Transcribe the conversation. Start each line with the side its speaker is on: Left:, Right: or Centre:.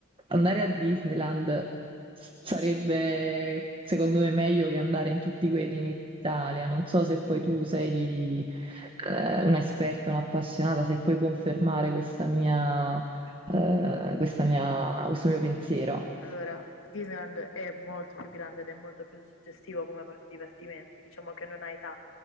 Right: andare a Disneyland sarebbe secondo me meglio che andare in tutti quelli in Italia. Non so se poi tu sei eh, un'esperta, un'appassionata, se puoi confermare questa mia, eh, questa mia- questo mio pensiero.
Left: Allora, Disneyland è molto più grande ed è molto più suggestivo come parco divertimenti, diciamo che non ha età.